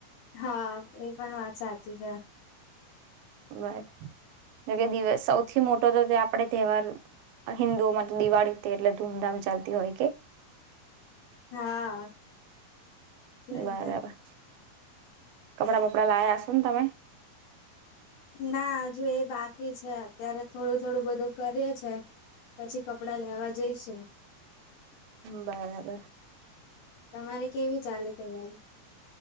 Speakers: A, on the left; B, on the right.
A: હા એ પણ વાત સાચ. જ.
B: બસ જોકે દ સૌથી મોટો તો તે આપડ તહેવાર હિન્દુઓમાં તો દિવાળી તે એટલે ધૂમધામ ચાલતી હોય કે.
A: હા. એટલે
B: બરાબર.
A: જ ને
B: કપડા બપડા લાવયા છો ને તમે.
A: ના હજુ એ બાકી છે અત્યારે થોડું થોડું બધું કરીએ છે પછી કપડા લેવા જઈશ.
B: બરાબર.
A: તમારી કેવી ચાલે તૈયારી?